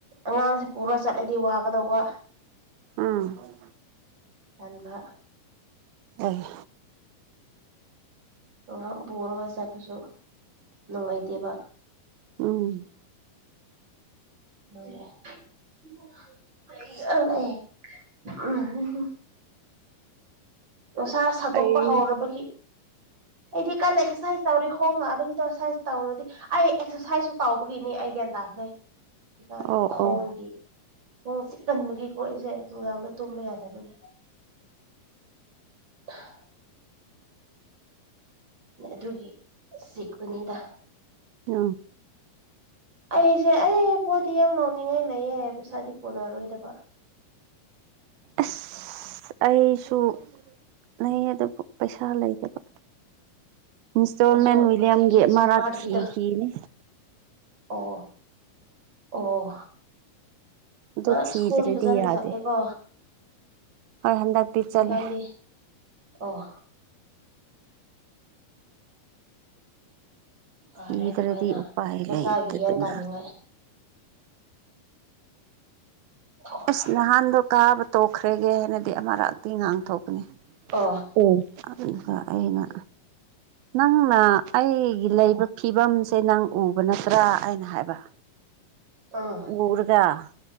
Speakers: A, on the right; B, on the right.
A: ꯑꯉꯥꯡꯁꯦ ꯄꯨꯔꯒ ꯆꯠꯂꯗꯤ ꯋꯥꯒꯗꯧꯕ
B: ꯎꯝ
A: ꯑꯟꯥꯟꯕ
B: ꯑꯣ
A: ꯑꯉꯥꯡ ꯄꯨꯔꯒ ꯆꯠꯄꯁꯨ ꯅꯨꯡꯉꯥꯏꯇꯦꯕ
B: ꯎꯝ
A: ꯎꯝ ꯃꯁꯥ ꯁꯥꯗꯣꯛꯄ
B: ꯑꯩ
A: ꯍꯧꯔꯕꯒꯤ ꯑꯩꯗꯤ ꯀꯟꯅ ꯑꯦꯛꯁꯔꯁꯥꯏꯖ ꯇꯧꯔꯤ ꯍꯣꯡꯅꯛꯅꯕꯒꯤꯗꯣꯛꯁꯔꯁꯥꯏꯁ ꯇꯧꯔꯨꯔꯗꯤ ꯑꯩ ꯑꯦꯛꯁꯔꯁꯥꯏꯖꯁꯨ ꯇꯥꯎꯧꯕꯒꯤꯅꯤ ꯑꯩ ꯒ꯭ꯌꯥꯟ ꯇꯥꯈ꯭ꯔꯦ ꯍꯧꯖꯤꯀꯥꯟ
B: ꯑꯣ
A: ꯈꯣꯡꯒꯤ
B: ꯑꯣ
A: ꯈꯣꯡ ꯆꯤꯛ ꯀꯟꯕꯒꯤꯀꯣ ꯑꯩꯁꯦ ꯅꯨꯡꯗꯥꯡꯗ ꯇꯨꯝꯕ ꯌꯥꯗꯕꯅꯤ <unintelligible> ꯑꯗꯨꯒꯤ ꯆꯤꯄꯨꯅꯤꯗ
B: ꯑ
A: ꯑꯩꯁꯦ ꯑꯩ ꯄꯣꯠꯇꯗꯤ ꯌꯥꯝ ꯂꯥꯎꯅꯤꯡꯉꯥꯏ ꯂꯩꯌꯦ ꯍꯥꯏ ꯄꯩꯁꯥꯗꯤ ꯀꯣꯟꯅꯔꯣꯏꯗꯕ
B: ꯑꯁ ꯑꯩꯁꯨ ꯂꯩ ꯑꯗꯨꯕꯨ ꯄꯩꯁꯥ ꯂꯩꯗꯕ ꯏꯟꯁꯇꯣꯜꯃꯦꯟ
A: ꯑꯩꯁꯨ
B: ꯋꯤꯂꯤꯌꯝꯒꯤ
A: ꯍꯧꯖꯤꯛꯀꯤ
B: ꯑꯃꯔꯛ
A: ꯖꯣꯕ ꯀꯥꯔꯠꯀꯤꯗꯣ
B: ꯊꯤꯈꯤꯅꯤ
A: ꯑꯣ ꯑꯣ
B: ꯑꯗꯨ
A: ꯃꯥ
B: ꯊꯤꯗ꯭ꯔꯗꯤ
A: ꯁ꯭ꯀꯨꯜꯗꯤ ꯐꯖꯅ
B: ꯌꯥꯗꯦ
A: ꯆꯠꯂꯦꯀꯣ
B: ꯍꯣꯏ ꯍꯟꯗꯛꯇꯤ ꯆꯠꯂꯦ
A: ꯖꯤꯀꯥꯟꯗꯤ ꯑꯣ ꯐꯔꯦ
B: ꯊꯤꯗ꯭ꯔꯗꯤ
A: ꯑꯗꯨꯃꯥꯏꯅ
B: ꯎꯄꯥꯏ
A: ꯃꯁꯥꯒꯤ
B: ꯂꯩꯇꯗꯅ
A: ꯌꯦꯟ ꯇꯥꯅꯤꯡꯉꯥꯏ ꯑꯣ
B: ꯑꯁ ꯅꯍꯥꯟꯗꯣ ꯀꯥꯕ ꯇꯣꯛꯈ꯭ꯔꯦꯒꯦ ꯍꯥꯏꯅꯗꯤ ꯑꯃꯔꯛꯇꯤ ꯉꯥꯡꯊꯣꯛꯄꯅꯤ
A: ꯑꯣ
B: ꯑꯣ ꯑꯗꯨꯗ ꯑꯩꯅ ꯅꯪꯅ ꯑꯩꯒꯤ ꯂꯩꯕ ꯐꯤꯕꯝꯁꯦ ꯅꯪ ꯎꯕ ꯅꯠꯇ꯭ꯔꯥ ꯑꯩꯅ ꯍꯥꯏꯕ
A: ꯑꯥ
B: ꯄꯨꯔꯒ